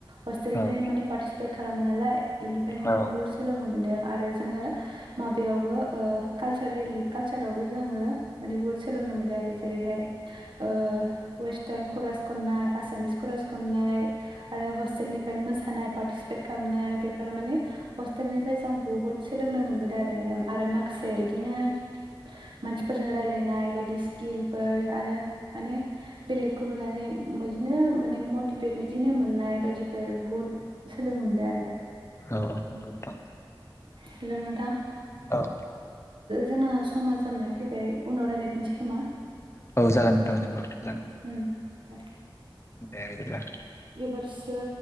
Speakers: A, on the right; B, on the left.
A: हस्टेलनिफ्रायनो
B: औ
A: माने पार्टिसिपेट खालामो नालाय बेनिफ्रायनो
B: औ
A: माने बुहुत सोलोंनो मोन्दों आरो जोंङो माबायावबो ओ कालसार रेलि कालसारावबो जोङो माने बुहुद सोलोंनो मोनो आरो जेरैहाय ओ वेस्टार्न करास खन्नाय आसामिस करास खन्नाय आरो हस्टेलनिफ्राय मोसानाय पार्टिसिपेट खालामनाय बेफोरो माने हस्टेलनिफ्राय जों बुहुत सोलोंनो मोनबोदों आरो आरो माखासे बिदिनो मानसिफोरजों रायलायनाय बायदि स्किलफोर आरो माने बेलेगखौ नुनानै बिदिनो माने मटिभेट बिदिनो मोननाय बायदिफोर बुहुद सोलोंनो मोनदों आरो
B: औ औ नोंगौ नोंथां।
A: हेल' नोंथां।
B: औ
A: जोंना समा जानानै फैबाय उनाव रायलायफिनसै खोमा।
B: औ जागोन नोंथां नंगौ जागोन
A: उम दे।
B: दे बिदिब्ला
A: एबारसो